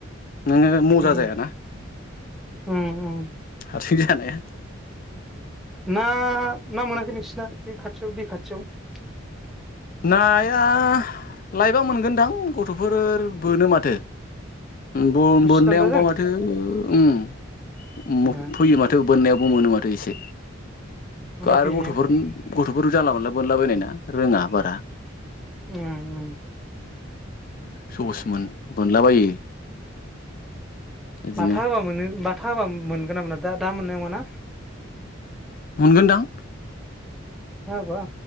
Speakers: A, on the left (about 45°); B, in the centre.
A: नोङो मजा
B: उम
A: जायाना।
B: उम उम
A: हारसिंजो जानाया
B: ना ना मोनाखै नोंसिना बे खाथियाव दै खाथियाव
A: नाया लायबा मोनगोनदां गथ'फोर बोनो माथो। बोन
B: थोरसि
A: बोननायावबा
B: दान्दाजों
A: माथो उम। उम
B: ए
A: फैयो माथो बोननायाबबो मोनो माथ ओयसे
B: बुरजा
A: गारु
B: फैयोने
A: गथ'फोरनि गथ'फोर जानला मोनला बोनलाबायनाय ना रोङा बारा।
B: उम उम
A: सहसमोन बोनलाबायो बिदिनो
B: बाथा होआ मानो बाथ था हाबा मोनगोन ना मोना दा मोननाय नङा ना?
A: मोनगोनदां।
B: अखा हाबा